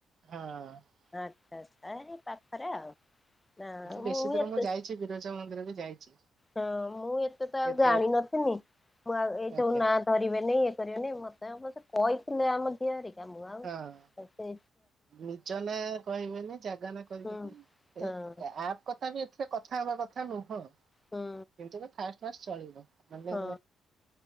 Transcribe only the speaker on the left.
ଆଚ୍ଛା ଆଛା ଆଏ ପାଖରେ ଆଉ ନା
ମୁଁ
ଏତେ
ହଁ ମୁଁ ଏତେ ତ ଆଉ
ଜାଣିନଥିନି ମୁଁ ଆଉ ଏଇ
ଯୋଉ ନା ନା ନା ନାଇ ଇଏକରିବାନି ମତେ ମତେ କହିଥିଲେ ଆମ ଝିଆରି ତା ମୁ ଆଉ
ଏତେ
ହୁଁ ହଁ
ହୁଁ
ହଁ